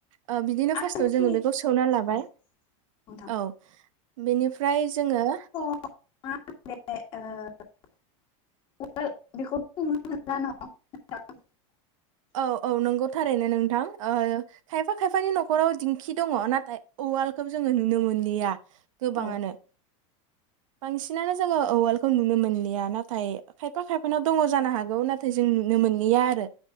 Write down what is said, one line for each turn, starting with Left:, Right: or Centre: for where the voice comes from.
Right: ओ बिदिनो
Left: आथिखालनि
Right: फार्स्टआव जोङो बेखौ सौना लाबाय।
Left: औ नोंथां
Right: औ बेनिफ्राय जोङो
Left: <unintelligible> ओ <unintelligible> <inaudible>
Right: औ औ नंगौ थारैनो नोंथां ओ खायफा खायफानि न'खराव दिंखि दङ नाथाय उवालखौ जोङो नुनो मोनलिया। गोबाङानो
Left: औ
Right: बांसिनानो जोङो उवालखौ नुनो मोनलिया नाथाय खायफा खायफानाव दङ जानो हागौ नाथ थाय जों नुनो मोनलिया आरो